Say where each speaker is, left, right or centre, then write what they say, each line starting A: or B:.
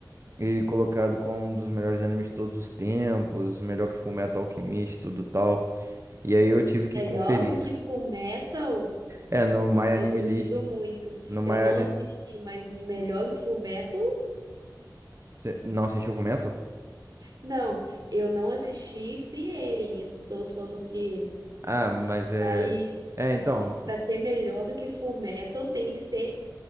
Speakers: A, on the right (about 40°); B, on the right (about 60°).
A: E colocado como um dos melhores animes de todos os tempos, melhor que Fullmetal Alchemist, tudo tal. E aí eu tive que
B: Melhor
A: conferir.
B: do que full metal
A: É, no My Anime
B: Eu duvido
A: List,
B: muito.
A: no My
B: Eu não
A: Ani-
B: assisti, mas melhor do que Fullmetal?
A: não assistiu Fullmetal?
B: Não, eu não assisti Frieren, esse Sou Sono Frieren.
A: Ah, mas é
B: Mas
A: É, então,
B: para ser melhor do que Fullmetal tem que ser